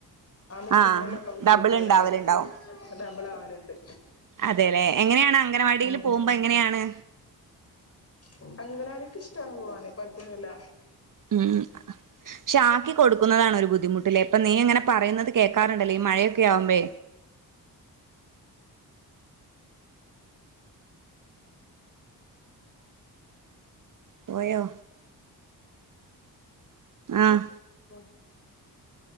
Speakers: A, on the left; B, on the right.
A: ആ മിസ്സിങ്ങിനലൊക്കെ
B: ആഹ്
A: അവൾ
B: ഡബിൾ
A: തീർത്ത് തരാറുണ്ട്
B: ഉണ്ടാവലുണ്ടാവും
A: ഡബിൾ ആവലുണ്ട്
B: അതെല്ലേ എങ്ങനെയാണ് അംഗനവാടിയിൽ
A: ഉം
B: പോകുമ്പോ എങ്ങനെയാണ്
A: ഉ അംഗനവാടി ഒക്കെ ഇഷ്ടാണ് ഇ പോവാനെ കുഴപ്പമന്നുല്ല
B: ഉം പക്ഷെ ആക്കി കൊടുക്കുന്നതാണ ഒരു ബുദ്ധിമുട്ടില്ലേ അപ്പൊ നീ എങ്ങനെ പറയുന്നത് കേക്കാറുണ്ടല്ലോ ഈ മഴയൊക്കെ ആവുമ്പേ പോയോ ആഹ
A: ആഹ